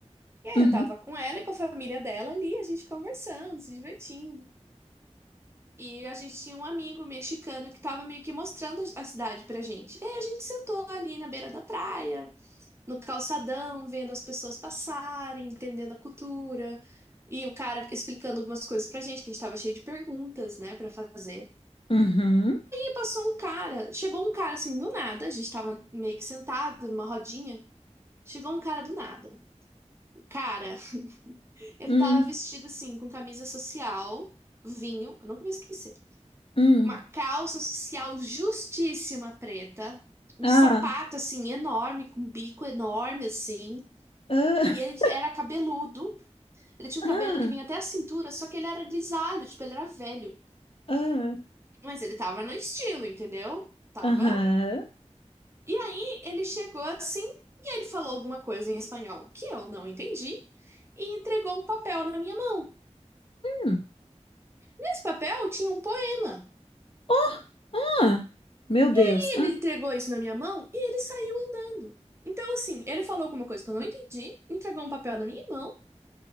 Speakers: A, on the right (about 20°); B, on the left (about 50°).
A: E aí
B: uhum,
A: eu tava com ela e com a família dela ali, a gente conversando, se divertindo. E a gente tinha um amigo mexicano que tava meio que mostrando a cidade pra gente. E aí a gente sentou ali na beira da praia, no calçadão, vendo as pessoas passarem, entendendo a cultura. E o cara explicando algumas coisas pra gente, que a gente tava cheio de perguntas, né, pra fazer.
B: uhum,
A: passou um cara, chegou um cara assim do nada, a gente tava meio que sentado numa rodinha, chegou um cara do nada. O cara, <laughs> ele
B: hum,
A: tava vestido assim, com camisa social, vinho, eu nunca vou esquecer,
B: hum.
A: uma calça social justíssima preta, um
B: Ah,
A: sapato assim enorme, com bico enorme assim,
B: ah,
A: e ele
B: <laughs>
A: era cabeludo, ele tinha
B: ah,
A: um cabelo que vinha até a cintura, só que ele era grisalho, tipo, ele era velho.
B: ah,
A: Mas ele tava no estilo, entendeu? Tava
B: aham.
A: E aí ele chegou assim e ele falou alguma coisa em espanhol que eu não entendi e entregou um papel na minha mão.
B: hum,
A: Nesse papel tinha um poema.
B: Oh, ah, meu Deus.
A: E
B: Ah,
A: ele entregou isso na minha mão e ele saiu andando. Então, assim, ele falou alguma coisa que eu não entendi, entregou um papel na minha mão